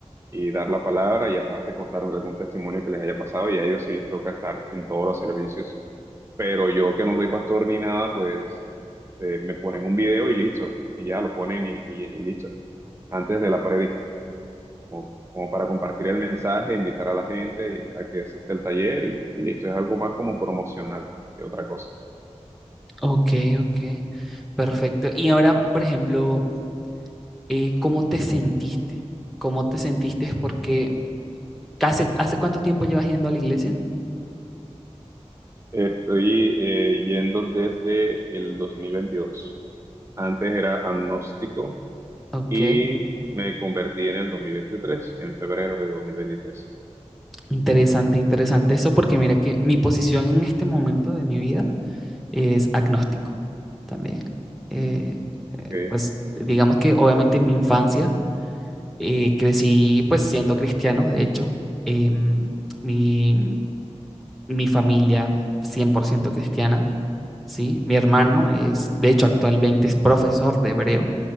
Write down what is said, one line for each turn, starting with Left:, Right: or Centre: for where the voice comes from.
Right: y dar la palabra y aparte contar algún testimonio que les haya pasado y a ellos sí les toca estar en todos los servicios. Pero yo que no soy pastor ni nada, pues eh, me ponen un video y listo, y ya lo ponen y, y- y listo, antes de la prédica, como, como para compartir el mensaje, invitar a la gente a que asista al taller y, y listo, es algo más como promocional que otra cosa.
Centre: ok, ok, perfecto. Y ahora, por ejemplo, eh, ¿cómo te sentiste? ¿Cómo te sentiste? Porque, ¿hace, hace cuánto tiempo llevas yendo a la iglesia?
Right: Estoy eh, yendo desde el 2022. Antes era agnóstico
Centre: Ok,
Right: y me convertí en el 2023, en febrero de 2023.
Centre: Interesante, interesante eso, porque mira que mi posición en este momento de mi vida es agnóstico también. Eh, eh,
Right: Ok,
Centre: pues digamos que obviamente en mi infancia eh, crecí pues siendo cristiano, de hecho, em, mi, mi familia 100% cristiana, ¿sí? Mi hermano es, de hecho, actualmente es profesor de hebreo,